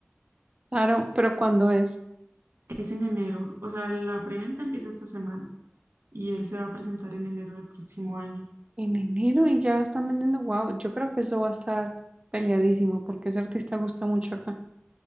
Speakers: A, on the right (about 25°); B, on the right (about 70°).
A: Claro, pero ¿cuándo es?
B: Es en enero, o sea, la preventa empieza esta semana y él se va a presentar en enero del próximo año.
A: En enero y ya están vendiendo. Wow, yo creo que eso va a estar peleadísimo porque ese artista gusta mucho acá.